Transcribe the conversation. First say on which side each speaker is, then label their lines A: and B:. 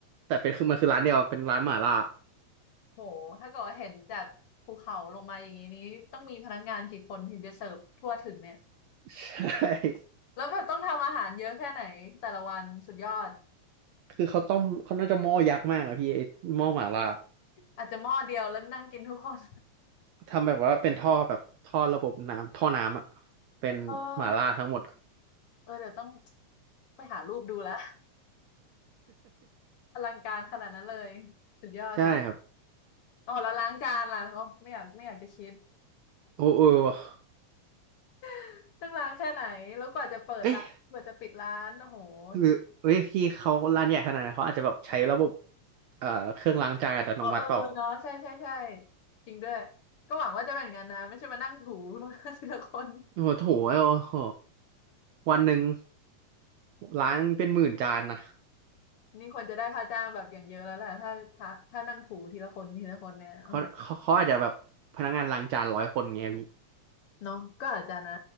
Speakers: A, on the right; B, on the left.
A: แต่เป็นคือมันคือร้านเดียวอะเป็นร้านหม่าล่า
B: โหถ้าเกิดว่าเห็นจากภูเขาลงมาอย่างนี้นี้ต้องมีพนักงานกี่คนถึงจะเสิร์ฟทั่วถึงเนี่ย
A: ใช่
B: แล้วแบบต้องทำอาหารเยอะแค่ไหนแต่ละวันสุดยอด
A: คือเขาต้มเขาน่าจะหม้อยักษ์มากอะพี่ไอ้หม้อหม่าล่า
B: อาจจะหม้อเดียวแล้วนั่งกินทุกคน
A: ทำแบบว่าเป็นท่อแบบท่อระบบน้ำท่อน้ำอะเป็นหม่าล่าทั้งหมดอะ
B: เออเออเดี๋ยวต้องไปหารูปดูละอลังการขนาดนั้นเลยสุดยอดสิ
A: ใช่ครับ
B: อ๋อแล้วล้างจานล่ะอ๋อไม่อยากไม่อยากจะคิด
A: โอ้เออว่ะ
B: <laughs> ต้องล้างแค่ไหนแล้วกว่าจะเปิดร้านกว่าจะปิดร้านโอ้โหสุด
A: เอ๊ะหรือเอ้ยพี่เขาร้านใหญ่ขนาดนั้นเขาอาจจะแบบใช้ระบบเอ่อเครื่องล้างจานอัตโนมัติเปล่า
B: อ๋อเออเนาะใช่ใช่ใช่จริงด้วยก็หวังว่าจะเป็นอย่างนั้นนะไม่ใช่มานั่งถู <laughs> ทีละคน
A: โอ้โหโถโอ้โหวันหนึ่งล้างเป็นหมื่นจานนะ
B: นี่ควรจะได้ค่าจ้างแบบอย่างเยอะแล้วแหละถ้าถ้าถ้านั่งถูทีละคนทีละคนเนี่ยโอ้โห
A: เขาเขาเขาอาจจะแบบพนักงานล้างจานร้อยคนเงี้ยพี่
B: เนาะก็อาจจะนะ